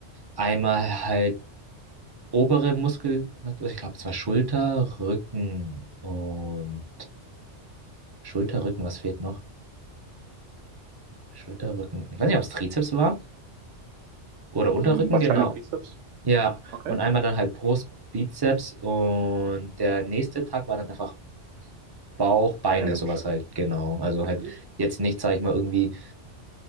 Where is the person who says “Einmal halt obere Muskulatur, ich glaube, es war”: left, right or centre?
Right